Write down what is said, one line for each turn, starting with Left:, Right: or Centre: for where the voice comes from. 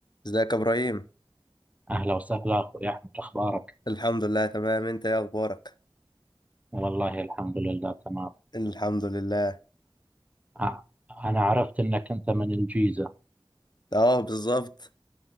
Left: ازيك يا ابراهيم
Right: أهلا وسهلا أخوي أحمد أخبارك؟
Left: الحمد لله تمام انت ايه اخبارك
Right: والله الحمد لله تمام
Left: الحمد لله
Right: أ- أنا عرفت أنك أنت من الجيزة
Left: اه بالظبط